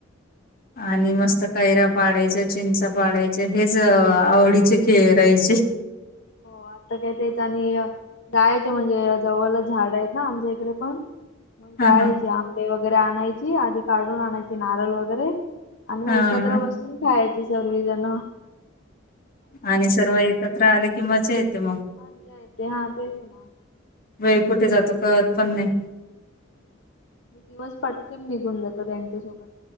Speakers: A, on the left; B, on the left.
A: तेच
B: आणि मस्त
A: ना.
B: कैराब. पाडायचं चिंचा, पाडायच हेच आवडीचे खेळ राहयचे.
A: म आता काय तेच आणि जायच म्हणजे जवल झाड आहेत ना आमच्या इकडे पण. मग
B: हां
A: जायचे
B: हां.
A: आंब वगैरे आणायची आधी काढून आणायची नारळ वगैरे. आणि मग
B: हां
A: एकत्र बसून खायची सर्वि जण.
B: आणि सर्व एकत्र आले किं मजा येते म.
A: मज्जा येते हा तेच ना
B: वेळ कुठे जातो कळत पण नाही.
A: <inaudible> दिवस पटकन निघून जातो त्यांच्यासोबत